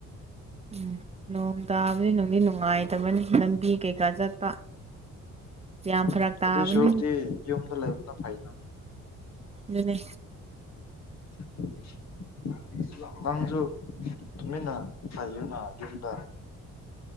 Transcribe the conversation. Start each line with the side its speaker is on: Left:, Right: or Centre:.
Right: ꯎꯝ ꯅꯣꯡ ꯇꯥꯕꯗꯤ ꯅꯨꯡꯗꯤ ꯅꯨꯡꯉꯥꯏꯇꯕꯅꯤ ꯂꯝꯕꯤ ꯀꯩꯀꯥ ꯆꯠꯄ ꯌꯥꯝ
Left: ꯎꯝ
Right: ꯐꯔꯛ ꯇꯥꯕꯅꯤ
Left: ꯑꯗꯨꯏ ꯁꯔꯨꯛꯇꯤ ꯌꯨꯝꯗ ꯂꯩꯕꯅ ꯐꯩꯗ
Right: ꯑꯗꯨꯅꯦ
Left: <unintelligible> ꯅꯪꯁꯨ ꯇꯨꯃꯤꯟꯅ ꯂꯩꯌꯨꯅ ꯌꯨꯝꯗ